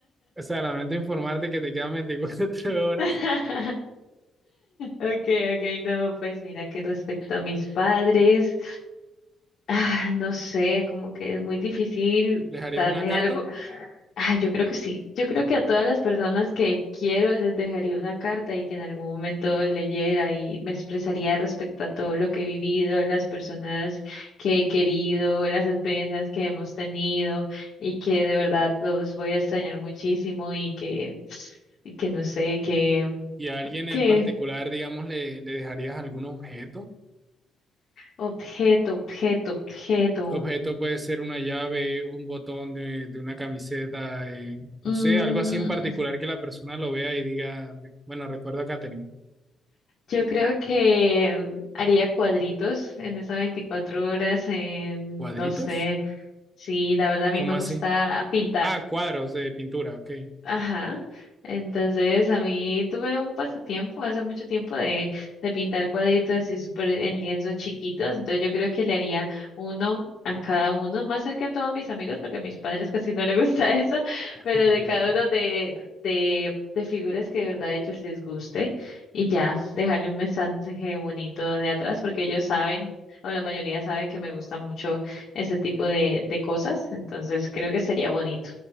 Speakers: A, on the right (about 20°); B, on the left (about 60°).
A: O sea, lamento informarte que te quedan 24 <laughs> horas.
B: <laughs> Okay, okay, no, pues mira que respecto a mis padres. Ah, no sé, como que es muy difícil
A: ¿Les harías
B: darle
A: una carta?
B: algo. Ah, yo creo que sí. Yo creo que a todas las personas que quiero les dejaría una carta y que en algún momento leyera y me expresaría respecto a todo lo que he vivido, las personas que he querido, las experiencias que hemos tenido y que de verdad los voy a extrañar muchísimo y que, y que no sé, que,
A: Y a alguien en
B: que
A: particular, digamos, le, le dejarías algún objeto.
B: objeto, objeto, objeto.
A: Objeto puede ser una llave, un botón de, de una camiseta, eh, no
B: Mm,
A: sé, algo así en particular que la persona lo vea y diga, bueno, recuerdo a Katherine,
B: Yo creo que haría cuadritos en esas 24 horas, en,
A: ¿cuadritos?
B: no sé, sí, la verdad a mí
A: ¿Cómo
B: me gusta
A: así?
B: pintar.
A: Ah, cuadros de pintura, ok. <laughs>
B: Ajá. Entonces, a mí tuve un pasatiempo hace mucho tiempo de, de pintar cuadritos así súper en lienzos chiquitos. Entonces, yo creo que le haría uno a cada uno, más que a todos mis amigos, porque a mis padres casi no les gusta <laughs> eso,
A: Ok.
B: pero de cada uno de, de, de figuras que de verdad a ellos les guste. Y ya, dejarle un mensaje bonito de atrás, porque ellos saben, o la mayoría sabe que me gusta mucho ese tipo de, de cosas. Entonces, creo que sería bonito.